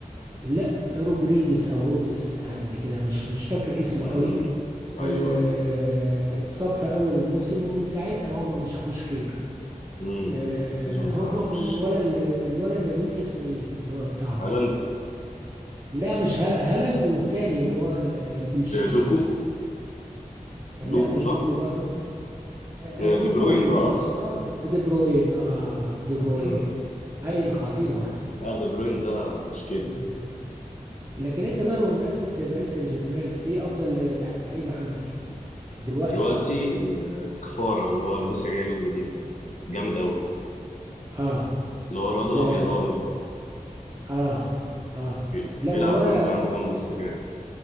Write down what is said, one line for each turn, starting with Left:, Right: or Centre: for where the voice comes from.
Right: لا روجريدس او رودس حاجه زي كده مش مش فاكر اسمه
Left: امم
Right: قوي
Left: ايوه
Right: آه
Left: ايوه
Right: اتصاب في اول الموسم ومن ساعتها هم ما شافوش خير
Left: امم
Right: آه
Left: السيزون
Right: هم
Left: ده مش
Right: والولا ال- الولا النرويجي اسمه ايه اللي هو بتاعهم
Left: هالاند
Right: لا مش هال- هالاند والتاني اللي هو ال- البلجيكي
Left: آه، دوكو
Right: لا
Left: دوكو
Right: مش
Left: صح
Right: دوكو برضو آه،
Left: آه،
Right: دوكو
Left: دي بروين
Right: ال-
Left: بقى
Right: الاسمراني
Left: قصدي
Right: آه، دي بروين اه دي بروين
Left: مم.
Right: هاي خطير برضو
Left: لا دي بروين ده مشكله
Right: مم. لكن انت بقى بمناسبة باريس سان جيرمان ايه افضل لعيبة عندك دلوقتي
Left: دلوقتي آه، كفاره اللي هو اللي لسه جاي لهم جديد ده جامد قوي
Right: اه
Left: اللي هو الواد الابيضاني
Right: ده
Left: ده
Right: اه اه
Left: بي-
Right: لا
Left: بيلعب
Right: والولا
Left: وينج عندهم بس جامد